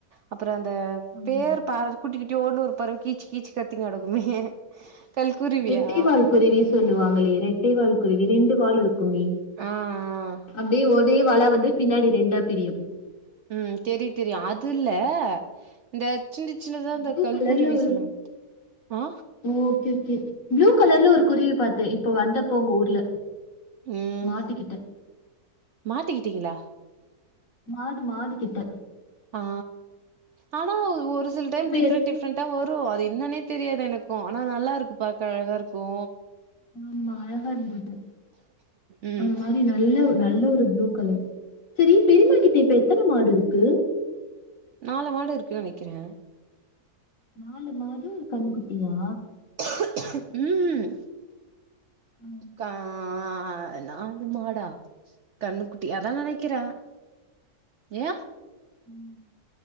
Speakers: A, on the right; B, on the left.
A: அப்புற அந்த
B: ஆமா.
A: பேர் பறவை குட்டி குட்டி ஒண்ணு ஒரு பறவை கீச் கீச் கத்திங்கினு கெடக்குமே கல்குருவியா
B: ரெட்டை வால் குருவி சொல்லுவாங்களே ரெட்டை வால் குருவி ரெண்டு வால் இரு க்குமே
A: ஆ ஆ
B: அப்டியே ஒரே வாலா வந்து பின்னாடி ரெண்டா பிரியு
A: ம் தெரியு தெரியு அது இல்ல இந்த சின்ன சின்னதா அந்த
B: ப்ளூ
A: கல்
B: கலர்ல
A: குருவி
B: ஒரு
A: சொல்லுங் ஆ
B: ஓகே ஓகே ப்ளூ கலர்ல ஒரு குருவி பாத்தெ இப்ப வந்தப்பொ உங்க ஊர்ல
A: ம்
B: மாட்டுக்கிட்ட.
A: மாத்திக்கிட்டீங்களா
B: மாடு மாடுகிட்ட
A: ஆ ஆனா ஒரு சில டைம்
B: இப்ப
A: டிஃப்ரண்ட்
B: எத்
A: டிஃப் ரன்ட்டா வரு அது என்னன்னே தெரியாது எனக்கு ஆனா நல்லாருக்கு பாக்க அழகாருக்கு
B: ஆமா அழகா இருந்தது
A: ம்
B: அந்த மாரி நல்ல நல்ல ஒரு ப்ளூ கலர் செரி பெரிம்மா கிட்ட இப்ப எத்தன மாடு இருக்கு?
A: நாலு மாடு இருக்கு நெனக்கிறே
B: நாலு மாடு ஒரு கன்னுக்குட்டியா?
A: ம்ஹும்
B: அ.
A: கா ஆ நாலு மாடா கன்னுக்குட்டி அதா நெனைக்கிறே ஏ
B: ம்